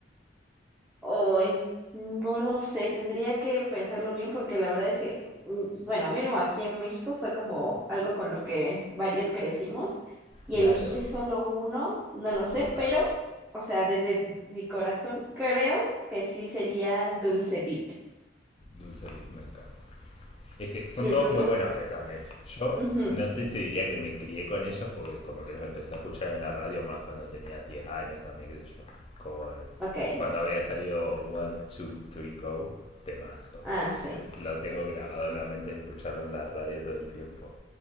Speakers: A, in the centre; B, on the left.
A: Hoy, no lo sé, tendría que pensarlo bien porque la verdad es que, mm, bueno, mínimo aquí en México fue como algo con lo que varios crecimos y
B: Claro,
A: elegir solo uno, no lo sé,
B: total.
A: pero, o sea, desde mi corazón creo que sí sería Dulce Beat.
B: Dulce Beat, me encanta. Es que son
A: ¿Y el
B: todos
A: tuyo?
B: muy buenos eh, también. Yo
A: Ujú,
B: no sé si diría que me crié con ellos porque como que los empecé a escuchar en la radio más cuando tenía 10 años también, qué sé yo. Con,
A: Ok,
B: cuando había salido One, Two, Three, Go, temazo.
A: ah, sí.
B: Lo tengo grabado en la mente, escucharlo en la radio todo el tiempo.